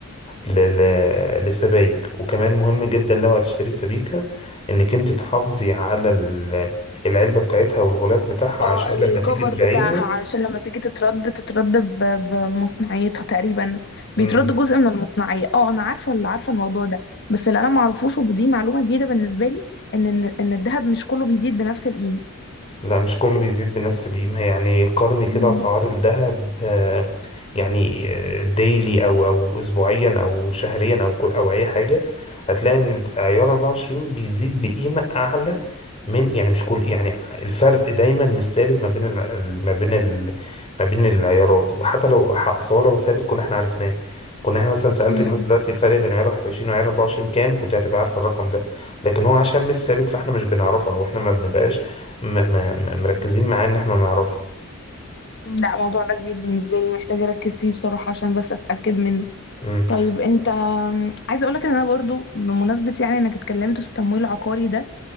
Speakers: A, on the left (about 25°); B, on the left (about 50°).
A: ل- ل- للسبايك وكمان مهم جدا لو هتشتري سبيكة انك انت تحافظي على ال- العلبة بتاعتها والغلاف بتاعها عشان
B: اه الكفر
A: لما تيجي تبيعيها
B: بتاعها علشان لما تيجي تترد تترد ب- بمصنعيتها تقريبا
A: مم.
B: بيترد جزء من المصنعية اه انا عارفة اللي عارفة الموضوع ده بس اللي انا معرفوش ودي معلومة جديدة بالنسبة لي ان ان إن الذهب مش كله بيزيد بنفس القيمة
A: لا مش كله بيزيد بنفس القيمة يعني قارني كده
B: مم.
A: أسعار الذهب آه، يعني آه، ديلي أو أو أسبوعيا أو شهريا أو كل أو أي حاجة هتلاقي إن عيار 24 بيزيد بقيمة أعلى من يعني مش كل يعني الفرق دايما مش ثابت ما بين ال- ال- ما بين ال- ما بين العيارات وحتى لو ح- أصل هو لو ثابت كنا احنا عرفناه كنا احنا مثلا سألت
B: مم.
A: الناس دلوقتي الفرق بين عيار 21 وعيار 24 كام كنت هتبقى عارف الرقم ده لكن هو عشان مش ثابت فاحنا مش بنعرفه او احنا ما بنبقاش م م مركزين معاه ان احنا نعرفه
B: مم. لا الموضوع ده جديد بالنسبة لي محتاجة اركز فيه بصراحة عشان بس اتأكد منه
A: مم.
B: طيب انت عايزة اقولك ان انا برضو بمناسبة يعني انك اتكلمت في التمويل العقاري ده